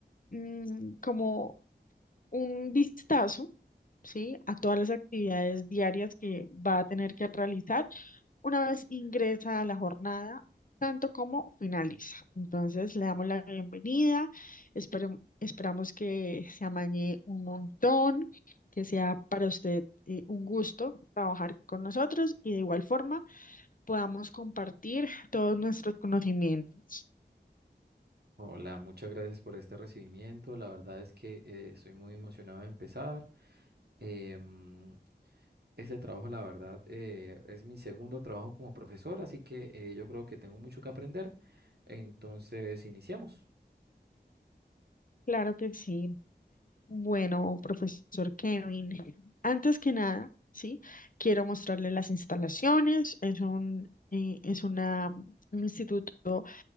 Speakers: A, on the left; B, on the right.
A: mm, como un vistazo, ¿sí? a todas las actividades diarias que va a tener que realizar una vez ingresa a la jornada, tanto como finaliza. Entonces le damos la bienvenida, esperem- esperamos que se amañe un montón, que sea para usted eh, un gusto trabajar con nosotros y de igual forma podamos compartir todos nuestros conocimientos.
B: Hola, muchas gracias por este recibimiento. La verdad es que eh, estoy muy emocionado de empezar. Eh, mm, este trabajo, la verdad, eh, es mi segundo trabajo como profesor, así que eh, yo creo que tengo mucho que aprender. Entonces, iniciemos.
A: Claro que sí. Bueno, profesor Kevin, antes que nada, sí, quiero mostrarle las instalaciones. Es un, eh, es una, un instituto